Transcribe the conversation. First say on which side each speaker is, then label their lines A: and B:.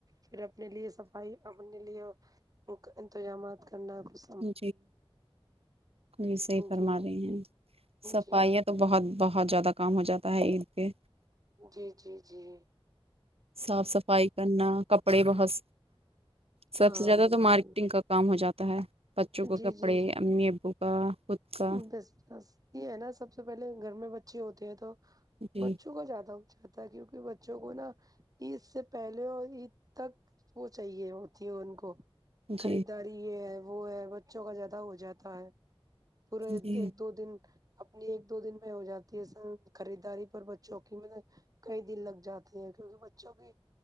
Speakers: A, on the right (about 40°); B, on the right (about 85°).
A: پھر اپنے لیے صفائی اپنے لیے انتظامات کرنا کچ
B: جی جی صحی فرما
A: جی
B: رہے ہیں صفائیاں
A: جی
B: تو بہت بہت بہت زیادہ کام ہو جاتا ہے عید پ
A: جی جی جی
B: صاف صفائی کرنا کپڑے بہت سب
A: ہاں
B: سے زیادہ
A: بالکل
B: تو مارکیٹنگ کا کام ہو جاتا ہے بچوں کو
A: جی
B: کپڑے
A: جی
B: امی ابو کا خود کا
A: بس بس یہ ہے نا سب سے پہلے گھر میں بچے ہوتے ہیں تو
B: جی
A: بچوں کو زیادہ اچھا کیونکہ بچوں کو نا عید سے پہلے اور عید تک وہ چاہیے ہوتی ہے ان کو خریداری
B: جی
A: ہے وہ ہے بچوں کا زیادہ ہو جاتا ہے پورے
B: جی
A: ایک دو دن اپنی ایک دو دن میں ہو جاتی ہے س خریداری پر بوں کی میں کئی دن لگ جاتے ہیں کیونکہ بچوں کی